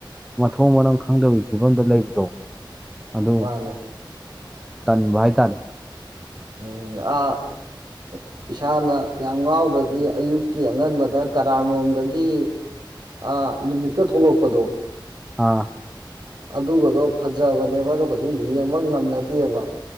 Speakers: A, in the centre; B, on the right (about 60°).
A: ꯃꯊꯣꯡ ꯃꯔꯝ ꯈꯪꯗꯕꯒꯤ ꯐꯤꯕꯝꯗ ꯂꯩꯕꯗꯣ ꯑꯗꯨ
B: ꯃꯥꯅꯦ
A: ꯇꯟꯕꯥ ꯍꯥꯏꯇꯔꯦ
B: ꯎꯝꯑꯥꯍ ꯎꯟ ꯏꯁꯥꯅ ꯌꯥꯝꯉꯧꯗ꯭ꯗꯤꯔ ꯑꯌꯨꯛꯀꯤ ꯑꯉꯟꯕꯗ ꯀꯔꯥꯅꯣꯝꯗꯒꯤ ꯑ ꯅꯨꯃꯤꯠꯀ ꯊꯣꯛꯂꯛꯄꯗꯣ
A: ꯑꯥꯍ
B: ꯑꯗꯨꯒꯗꯣ ꯐꯖꯕꯅꯦꯕ ꯑꯗꯣ ꯀꯩꯁꯨ ꯌꯦꯡꯕ ꯉꯝꯅꯗꯦꯕ